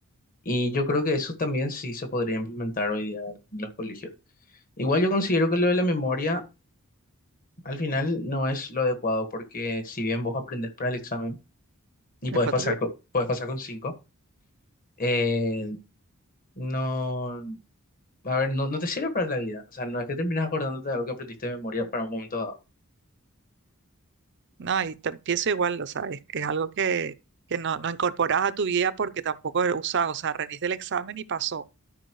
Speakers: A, on the left; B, on the right.
A: Y yo creo que eso también sí se podría implementar hoy día en los colegios. Igual yo considero que lo de la memoria al final no es lo adecuado porque si bien vos aprendés para el examen y podés
B: después
A: pasar,
B: te voy a-
A: co- podés pasar con cinco, eh, no. A ver, no, no te sirve para la vida. O sea, no es que terminas acordándote de algo que aprendiste de memoria para un momento dado.
B: No, y tam- pienso igual, o sea, es, es algo que, que no, no incorporas a tu vida porque tampoco lo usás, o sea, rendiste el examen y pasó.